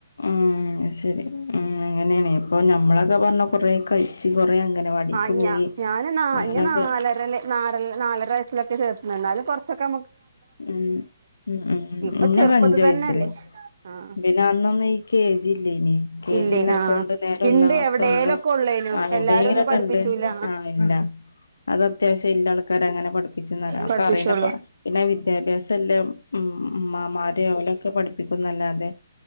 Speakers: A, on the left (about 85°); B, on the right (about 60°).
A: ഉം ശരി ഉം അങ്ങനെയാണെ പ്പൊ ഞമ്മളൊക്കെ പറഞ്ഞ കൊറേ കഴിച്ച് കൊറേ അംഗനവാടിക്ക്
B: ആ ഇ
A: പോയി
B: ഞാൻ നാ
A: അങ്ങനൊക്കെ
B: ന്നെ നാലരല് ന നാലര വയസ്സിലൊക്കെ ചേർത്ത എന്നാലും കുറച്ചൊക്കെ
A: ഉം ഉം ഉം ഉം
B: ഇപ്പൊ
A: ഇന്നൊക്കെ
B: ചെറുപ്പത്തി
A: അഞ്ചു വയസ്സില്
B: തന്നെയല്ലേ ആഹ്
A: പിന്നെ അന്നൊന്നും ഈ കെ ജി ഇല്ലേനി കെ
B: ഇല്ലേ
A: ജി ല്ലാത്തോണ്ട്
B: ആഹ്
A: നേരെ
B: ഇണ്ട്
A: ഒന്നാം ക്ലാസ്ക്കാവുമ്പോ
B: എവിടേലൊക്കെ ഉള്ളേനു
A: ആ എവിടേങ്ക
B: എല്ലാരും ഒന്നും
A: ക്കണ്ട്
B: പഠിപ്പിച്ചൂല
A: ആഹ് ഇല്ല അത് അത്യാവശ്യം ഇല്ല ആൾക്കാര് അങ്ങനെ പഠിപ്പിച്ചുംന്നർഞ്ഞ അക്കൊ
B: പഠിപ്പിച്ചോളൂ
A: അറിയണ്ടെപ്പാ പിന്നെ വിദ്യാഭ്യാസല്ല ഉം ഉമ്മാമാര് ഓലൊക്കെ പഠിപ്പിക്കുംന്നല്ലാതെ